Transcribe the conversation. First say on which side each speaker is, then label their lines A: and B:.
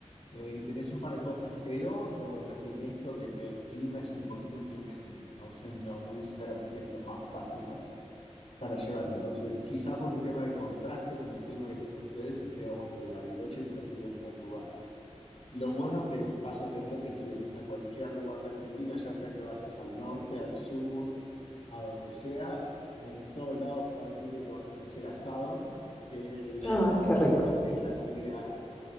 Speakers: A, on the left; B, on the left.
A: Eh, y tenés un par de cosas, pero de vuelta tiene esto que el, el clima es un poquito inclemente, entonces no, no necesariamente es lo más fácil para, para llevar. Entonces, quizá por un tema de contraste con el clima que tienen ustedes, estaría bueno que Bariloche quizás sería un buen lugar. Lo bueno que vas a tener que si venís a cualquier lugar de Argentina, ya sea que vayas al norte, al sur, a donde sea, en todos lados probablemente te van a ofrecer asado, que es
B: Ay,
A: la comida,
B: qué rico.
A: es la comida